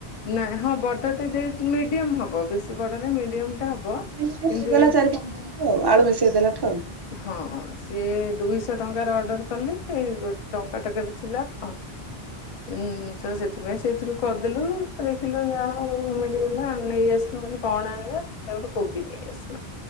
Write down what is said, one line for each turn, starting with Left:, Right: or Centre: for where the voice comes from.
Left: ନାଇଁ ହଁ ବଡ଼ଟେ ଦେଇଥି ମିଡିୟମ ହବ ବେଶୀ ବଡ ନାଇଁ ମିଡିୟମ ଟେ ହବ।
Right: ମିଶି ମିଶି
Left: କିନ୍ତୁ
Right: ଗଲା
Left: ଏଇ
Right: ଚାରି ପାଞ୍ଚ ଦିନ ଠୁ ଆଳୁ ମିଶେଇ ଦେଲା ଠୁ।
Left: ହଁ ସିଏ ଦୁଇଶହ ଟଙ୍କାରେ ଅର୍ଡର କଲେ। ଗୋଟେ ଟଙ୍କା ଟାକରେ ଥିଲା ତ ହୁଁ ତ ସେଥିପାଇଁ ସେଇଥିରୁ କରିଦେଲୁ। ଦେଖିଲୁ ଯାହା ହଉ ମିଳିଗଲା। ନେଇ ଆସିଲୁ ମୁ କହିଲି କଣ ଆଣିବ ନା ଗୋଟେ କୋବି ନେଇ ଆସିବା।